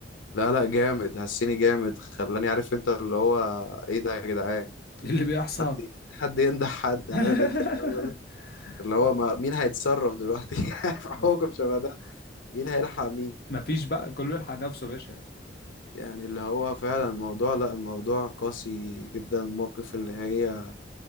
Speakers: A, on the left; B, on the left.
A: لا لا جامد هسيني جامد خلاني عارف أنت اللي هو إيه ده يا جدعان
B: إيه اللي بيحصل
A: حد حد ينده حد
B: <laughs>
A: عارف أنت الجو ده اللي هو
B: آه،
A: ما مين هيتصرف دلوقتي <laughs> في حكم
B: مف-
A: شبه ده مين هيلحق مين
B: مفيش بقى كله يلحق نفسه يا باشا
A: يعني اللي هو فعلا الموضوع لا الموضوع قاسي جدا الموقف اللي هي